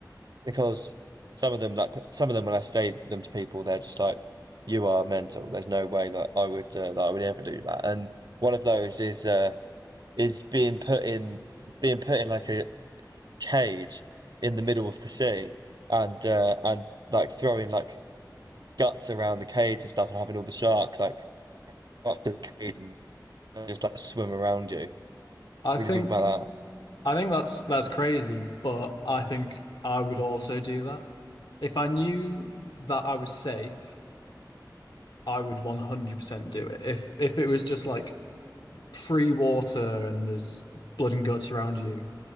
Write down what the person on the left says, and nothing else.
I
think
I think that's that's crazy, but I think I would also do that. If I knew that I was safe, I would 100% do it. If if it was just like free water and there's blood and guts around you,